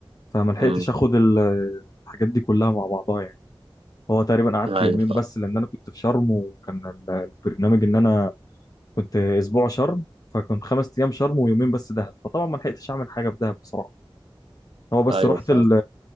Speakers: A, on the left; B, on the right.
A: فما لحقتش
B: امم
A: اخد ال- الحاجات دي كلها مع بعضها يعني هو تقريبا قعدت
B: ايوه
A: يومين
B: فعلا
A: بس لان انا كنت في شرم وكان ال- البرنامج ان انا كنت اسبوع شرم فكنت خمس ايام شرم ويومين بس دهب فطبعا ما لحقتش اعمل حاجة في دهب بصراحة هو بس
B: ايوه
A: رحت
B: فعلا
A: ال-